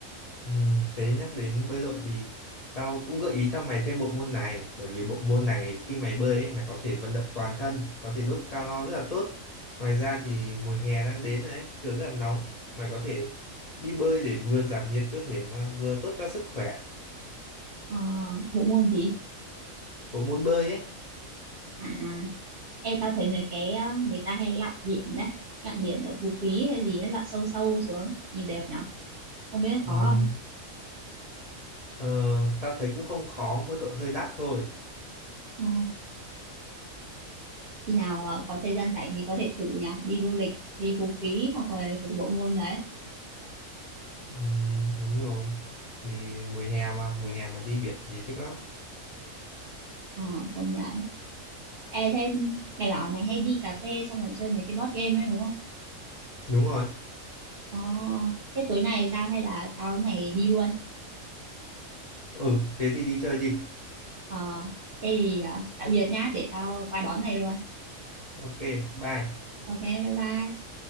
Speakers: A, on the left; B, on the right.
A: Ừm, thế nhắc đến bơi lội thì tao cũng gợi ý cho mày thêm bộ môn này bởi vì bộ môn này khi mày bơi ấy, mày có thể vận động toàn thân có thể đốt calo rất là tốt ngoài ra thì mùa hè đang đến rồi ấy trời rất là nóng mày có thể đi bơi để vừa giảm nhiệt cơ thể mà vừa tốt cho sức khỏe
B: Ờ, bộ môn gì
A: bộ môn bơi ấy
B: à ê tao thấy mấy cái ờ, người ta hay lặn biển đấy lặn biển ở Phú Quý hay gì ấy lặn sâu sâu xuống nhìn đẹp nhở không biết là
A: ừm,
B: khó không
A: ờ, tao thấy cũng không khó mỗi tội hơi đắt thôi
B: Ờ, khi nào ờ, có thời gian rảnh thì có thể thử nhỉ đi du lịch đi Phú Quý hoặc là cái bộ môn đấy
A: Ừm, đúng rồi thì mùa hè mà mùa hè mà đi biển thì thích lắm
B: ờ, công nhận e thêm mày bảo mày hay đi cà phê xong rồi chơi mấy cái board game ấy đúng không
A: đúng rồi
B: ờ, thế tối nay sao hay là tao với mày đi luôn
A: ừ thế thì đi chơi đi
B: ờ thế thì ờ, tạm biệt nhá để tao qua đón mày luôn
A: ok bye
B: ok bye bye